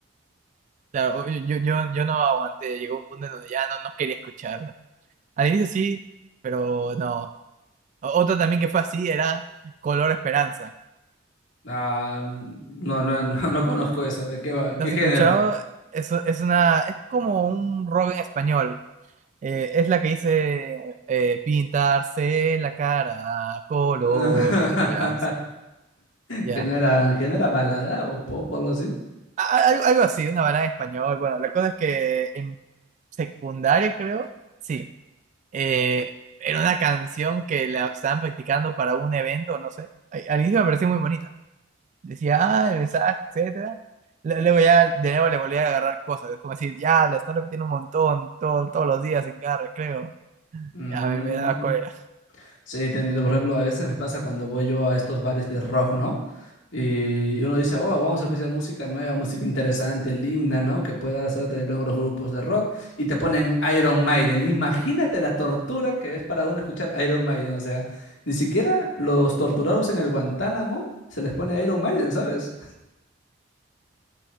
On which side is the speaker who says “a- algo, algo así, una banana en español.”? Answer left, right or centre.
Right